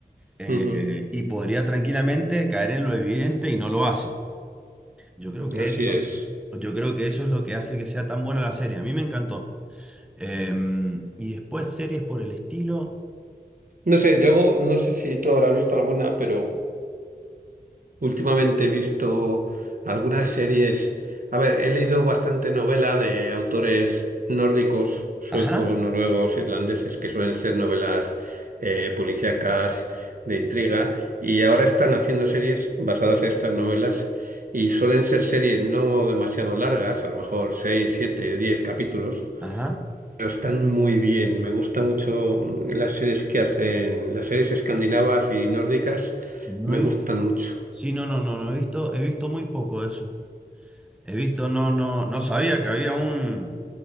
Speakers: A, in the centre; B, on the right.
A: eh,
B: Ujú,
A: y podría tranquilamente caer en lo evidente y no lo hace. Yo creo que
B: así
A: eso,
B: es.
A: yo creo que eso es lo que hace que sea tan buena la serie. A mí me encantó. Em, y después series por el estilo.
B: No sé, yo no sé si tú habrás visto alguna, pero... Últimamente he visto algunas series. A ver, he leído bastante novela de autores nórdicos, suecos,
A: Ajá,
B: noruegos, irlandeses, que suelen ser novelas eh, policíacas de intriga. Y ahora están haciendo series basadas en estas novelas. Y suelen ser series no demasiado largas, a lo mejor 6, 7, 10 capítulos.
A: ajá.
B: Pero están muy bien. Me gusta mucho mm, las series que hacen, las series escandinavas y nórdicas
A: No
B: me
A: he
B: gustan
A: visto.
B: mucho.
A: Sí, no, no, no, no he visto, he visto muy poco de eso. He visto, no, no, no sabía que había un,